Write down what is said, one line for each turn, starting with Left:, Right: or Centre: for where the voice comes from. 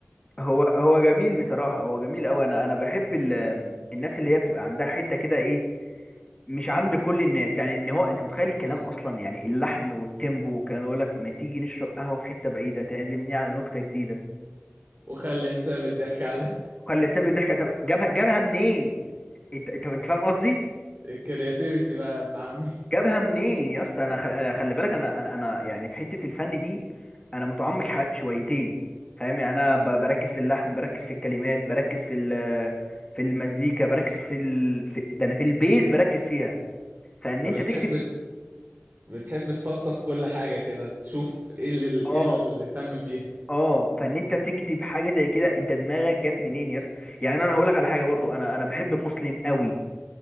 Left: هو هو جميل بصراحة هو جميل قوي انا انا بحب ال... الناس اللي هي بتبقى عندها حتة كده ايه مش عند كل الناس يعني ان هو انت متخيل الكلام
Right: مم.
Left: اصلا يعني اللحن والتيمبو والكلام يقول لك ما تيجي نشرب قهوة في حتة بعيدة تعزمني على نكتة جديدة
Right: <laughs> وخلي حساب الضحك عليا
Left: خلي حساب الضحكة طب جابها جابها منين انت انت انت فاهم قصدي
Right: الكرياتيفيتي بقى يا ابن عمي
Left: جابها منين يا اسطى انا خل... انا خلي بالك انا انا انا يعني في حته الفن دي انا متعمق ح- شويتين فاهم يعني
Right: امم
Left: انا ب... بركز في اللحن بركز في الكلمات بركز في ال... في المزيكا بركز في ال... في... ده انا في البيز بركز فيها فان
Right: طب
Left: انت
Right: بتحب
Left: تكتب
Right: بتحب تفصص كل حاجه كده تشوف ايه اللي ايه
Left: اه
Right: اللي تم فيها
Left: اه فان انت تكتب حاجه زي كده انت دماغك جت منين يا اسطى يعني انا هقول لك على حاجه برضو انا انا بحب مسلم قوي